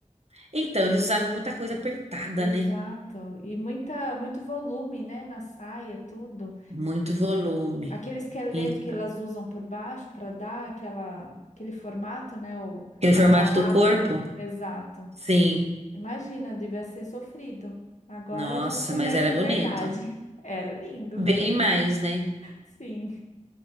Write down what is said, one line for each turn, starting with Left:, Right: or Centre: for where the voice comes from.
Right: Então, eles usavam muita coisa apertada,
Left: Exato.
Right: né?
Left: E muita, muito volume, né, na saia, tudo.
Right: Muito volume.
Left: Aquele esqueleto
Right: Então,
Left: que elas usam por baixo para dar aquela, aquele formato, né, o
Right: aquele formato
Left: ovalado.
Right: do corpo?
Left: Exato.
Right: Sim.
Left: Imagina, devia ser sofrido. Agora
Right: Nossa,
Left: a gente tem
Right: mas
Left: mais
Right: era
Left: liberdade.
Right: bonito.
Left: <laughs> Era lindo,
Right: Bem mais, né?
Left: sim.